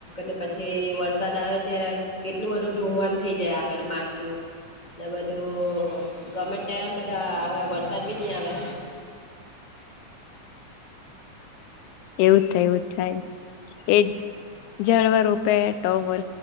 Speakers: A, on the left; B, on the left.
A: એમને પછી વરસાદ આવે ત્યારે કેટલું બધું ધોવાણ થઈ જાય આપેલું માટીનું બધું ગમે ટેમ બધા આવે વરસાદ બી ની આવે.
B: એવું થાય એવું થાય એજ
A: હ
B: જાળવા રોપે તો વ